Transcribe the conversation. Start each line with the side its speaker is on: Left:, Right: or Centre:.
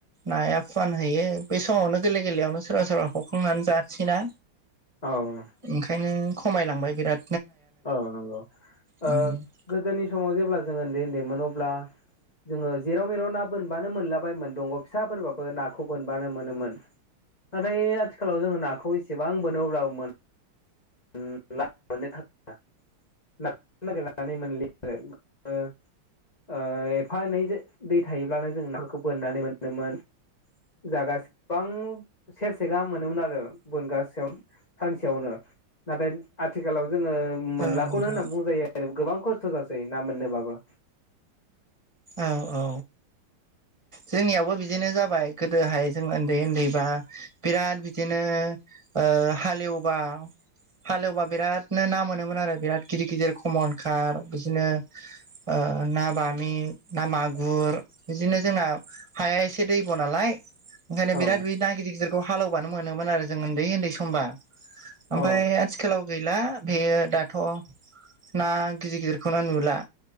Right: नाया फुवान हैयो बे समावनो गोरलै गोरलैयावनो सोरबा सोरबा हखांनानै जानोसैना
Left: औ
Right: ओंखायनो खमायलांबाय बिराद
Left: औ नंगौ।
Right: औ
Left: ओ गोदोनि समाव जेब्ला जोंओ ओन्दै ओन्दैमोन अब्ला जोङो जेराव मेराव ना बोनबानो मोनलाबायमोन दंग' फिसाफोरबाबो नाखौ बोनबानो मोनोमोन नाथाय आथिखालाव जोङो नाखौ इसेबां बोनो अब्ला मोन <unintelligible> <unintelligible> ननानै मोन <unintelligible> ओ एफा एनै दै थायोब्लानो जों नफोरखौ बोननानै मोनोमोन जागासिबां सेरसे गाहाम मोनोमोन आरो बोनगासेयाव सानसेयावनो नाथाय आथिखालाव जोङो मोनलाखौनो
Right: नोंथां
Left: होनना बुंजायो जै गोबां खस्थ' जासै ना मोननोबाबो
Right: औ औ जोंनियावबो बिदिनो जाबाय गोदोहाय जों उन्दै उन्दैबा बिराद बिदिनो ओ हालेवबा हालेवबा बिरादनो ना मोनोमोन आरो बिराद गिदिर गिदिर खमन कार बिदिनो ओ ना बामि ना मागुर बिदिनो जोंना हाया एसे दैब' नालाय ओंखायनो
Left: औ
Right: बिराद बे ना गिदिर गिदिरखौ हालौबानो मोनोमोन आरो जों उन्दै उन्दै समबा ओमफ्राय
Left: औ
Right: सिथिखालाव गैला बेयो दाथ' ना गिदिरगिदिरखौनो नुला